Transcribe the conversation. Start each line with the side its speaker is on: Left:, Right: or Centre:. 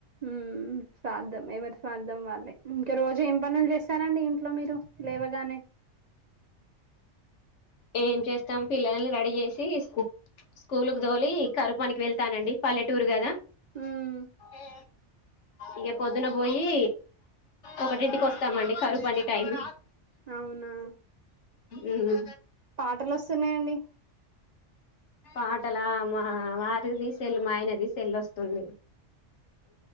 Right: ఉ స్తార్థం ఎవరి స్వార్థం వాళ్ళే ఇంకా రోజు ఏం పనులు జేస్సారండి. ఇంట్లో మీరు లేవగానే
Left: ఏం చేస్తాం పిల్లల్ని రెడీ చేసి స్కూ స్కూల్ కు దోలి కరువుపనికి వెళ్తానండి పల్లెటూరు కదా.
Right: ఉమ్
Left: అే ఇక పొద్దున పోయి, ఒకటింటికి వస్తామండి కరుపని టైమ్.
Right: అవునా
Left: ఉ
Right: పాటలు వస్తున్నాయండి
Left: పాటల మా వారిది సెల్ మా ఆయనది సెల్లొస్తుంది.